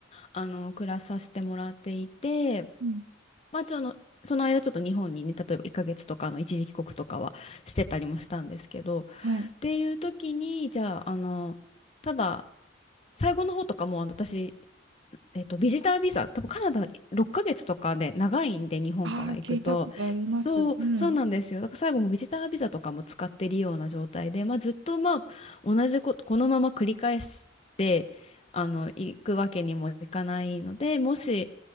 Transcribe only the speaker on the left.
あの暮らさせてもらっていて、
まあその、その間ちょっと日本にね、例えば1ヶ月とかの一時帰国とかはしてたりもしたんですけど、
っていう時に、じゃあ、あの、ただ、最後の方とかもうあの私、えっと、ビジタービザ、多分カナダ6ヶ月とかで長いんで、日本から行くと。
そう、
そうなんですよ。だから最後もビジタービザとかも使ってるような状態で、まあ、ずっとまあ同じこと、このまま繰り返して、あの、行くわけにもいかないので、もし、